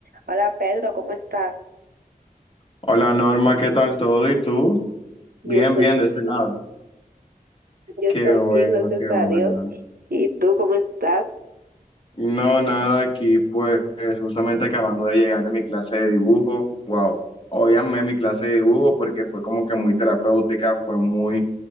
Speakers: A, on the right (about 75°); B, on the left (about 35°).
A: Hola Pedro, ¿cómo estás?
B: Hola Norma, ¿qué tal todo? ¿Y tú?
A: Yo
B: Bien,
A: estoy
B: bien, de este
A: bien,
B: lado.
A: yo
B: Qué
A: estoy
B: bueno,
A: bien, gracias
B: qué
A: a
B: bueno.
A: Dios. ¿Y tú cómo estás?
B: No, nada, aquí pues justamente acabando de llegar de mi clase de dibujo. Wow, hoy amé mi clase de dibujo porque fue como que muy terapéutica, fue muy,